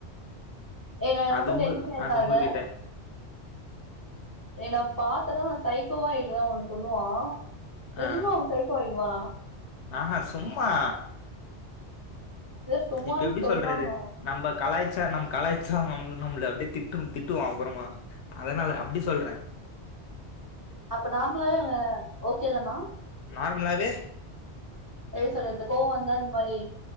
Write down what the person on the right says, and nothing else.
என்ன ரொம்ப
டென்ஷன் ஏத்தாத
என்ன பாத்தன்னா நா சைக்கோ ஆயிடுவ ஒண்ணு சொல்லுவா நெஜமா
அவ சைக்கோ ஆயிடுவானா
இதை சும்மான்னு
சொல்றாங்க
அப்ப நார்மலாவே அவ ஓகே தானா
எப்டி சொல்றது கோவோ வந்தா இந்த மாரி